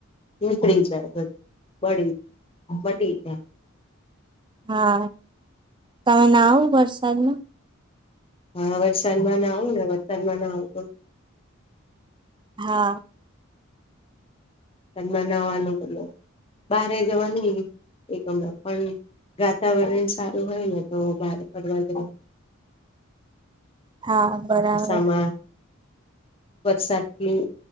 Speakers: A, on the left; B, on the right.
A: નીકળી જાય. બડી બધી છે.
B: હા તમે ના આવ વરસાદમાં.
A: હા વરસાદમાં ના આવું ને વરસાનમાં ના આવું પણ.
B: હા.
A: ઘનમાં નાવાનું કે બારે જવાનું એક હમ પણ. વાતાવરણ સારું હોય ને તો બહાર ફરવા જ
B: હા બરાબર
A: સામાં. વરસાદની